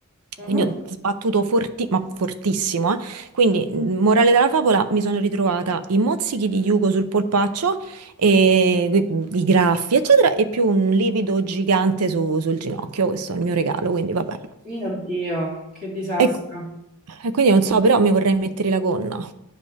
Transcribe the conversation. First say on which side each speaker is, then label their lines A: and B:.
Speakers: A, on the right (about 40°); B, on the right (about 80°).
A: Mhm.
B: quindi ho sbattuto forti- ma fortissimo, eh. Quindi, mm, morale della favola, mi sono ritrovata i mozzichi di Yugo sul polpaccio e i graffi, eccetera, e più un livido gigante su- sul ginocchio. Questo è il mio regalo, quindi vabbè.
A: Mio Dio, che disastro.
B: E, e quindi non so, però mi vorrei mettere la gonna.